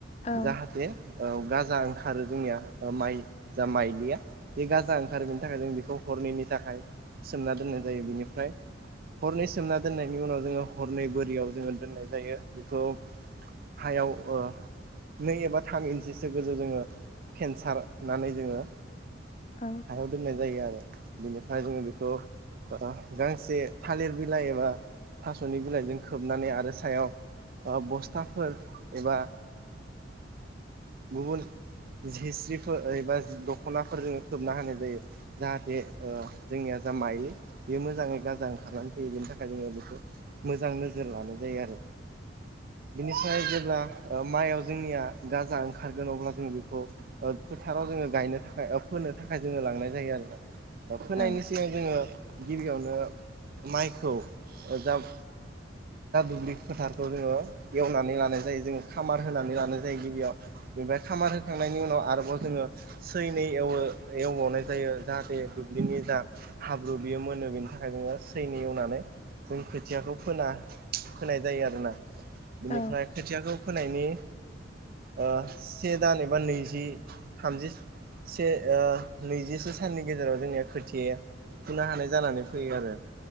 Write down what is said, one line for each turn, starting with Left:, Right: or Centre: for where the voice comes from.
Left: औ
Right: जाहाथे औ गाजा ओंखारो जोंनिया माइ जा माइलिया बे गाजा ओंखारो बेनि थाखाय जों बेखौ हरनैनि थाखाय सोमना दोननाय जायो। बेनिफ्राय हरनै सोमना दोननायनि उनाव जोङो हरनै बोरियाव जोङो दोन्नाय जायो बेखौ हायाव ओ नै एबा थाम गोसो गोजौ जोङो फेनसारनानै जोङो
Left: औ
Right: हायाव दोननाय जायो आरो‌। बिनिफ्राय जोङो बेखौ गांसे थालिर बिलाइ एबा थास'नि बिलाइजों खोबनानै आरो सायाव बस्थाफोर एबा गुबुन हिस्ट्रिफोरबा दख'नाफोर जोङो खोबना होनाय जायो जाहाथे जोंनिया जा मायलि बेयो मोजाङै गाजा ओंखारनानै फैयो बेनि थाखाय जोङो बेखौ मोजां नोजोर लानाय जायो आरो बिनि। जेब्ला ओ माइयाव जोंनिया गाजा ओंखारगोन अब्ला जों बेखौ ओ फोथाराव जोङो गा यनो थाखाय औ फोनो थाखाय जोङो लांनाय जायो आरोना। फोनायनि
Left: औ
Right: सिगां जोङो गिबियावनो माइखौ जाब दुब्लि फोथारखौ जोङो एवनानै लानाय जायो जोङो सामार होनानै लानाय जायो गिबियाव बेनिफ्राय सामार होखांनायनि उनाव आरोबाव जोङो सैनै एवो एवबावनाय जायो जाहाथे दुब्लिनि जा हाब्रु बियो मोनो बेनि थाखाय जोङो सैनि एवनानै जों खोथियाखौ फोना फोनाय जायो आरोना बिनिफ्राय
Left: औ
Right: खोथियाखौ फोनायनि से दान एबा नैजि थामजि से नैजिसे साननि गेजेराव जोंनिया खोथियाया फुनो हानाय जानानै फैयो आरो